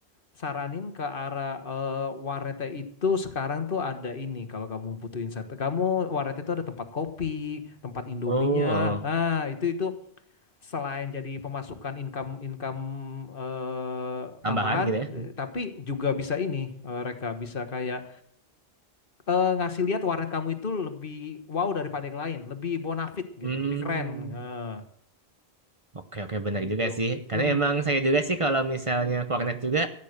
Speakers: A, on the left (about 55°); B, on the right (about 35°).
A: saranin ke arah eh, warnetnya itu sekarang tuh ada ini kalau kamu butuh insight. Kamu warnet itu ada tempat kopi, tempat Indominya.
B: Oh. oh.
A: Nah, itu itu selain jadi pemasukan income income eh,
B: Tambahan
A: tambahan
B: gitu ya.
A: eh,
B: Hmm.
A: tapi juga bisa ini eh, Reka bisa kayak eh, ngasih lihat warnet kamu itu lebih wow daripada yang lain lebih bonafit
B: Hmm.
A: gitu lebih keren eh,
B: Oke, oke benar
A: gitu
B: juga sih. Karena
A: Mm-mm.
B: emang saya juga sih kalau misalnya ke warnet juga